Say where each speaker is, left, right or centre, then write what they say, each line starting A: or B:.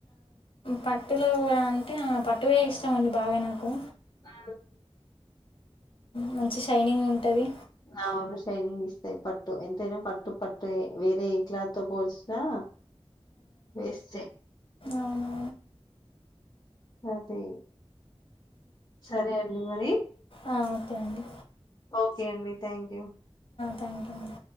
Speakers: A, on the left (about 60°); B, on the left (about 35°).
A: పట్టులో అంటే పట్టువే ఇష్టం అండి బాగా నాకు
B: ఆ
A: మంచి షైనింగ్ ఉంటుంది
B: నావు షైనింగ్ ఇస్తాయి్ పట్టు ఎంతైనా పట్టు పట్టు వేరే ఏ క్లాత్ తో పోల్చినా వేస్ే
A: అవునవును
B: అదే సరే అండి మరి
A: ఆ, ఓకే అండి
B: ఓకే అండి థ్యాంక్ యూ
A: థ్యాంక్ యూ అండి